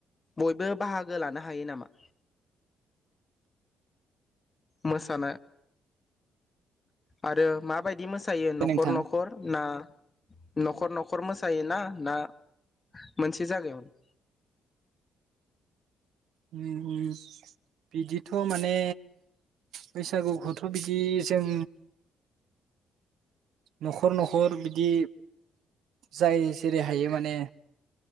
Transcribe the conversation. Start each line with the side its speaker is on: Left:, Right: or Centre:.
Left: बयबो बाहागो लानो हायो नामा? मोसानो आरो माबायदि मोसा बेयो नख'र
Right: नोंथां
Left: नख'र ना नख'र नख'र मोसा जायोना ना मोनसे जागायावनो <inaudible>
Right: <unintelligible> बिदिथ माने बैसागुखौथ बिदि जों नख'र नख'र बिदि जाय जेरै हायो माने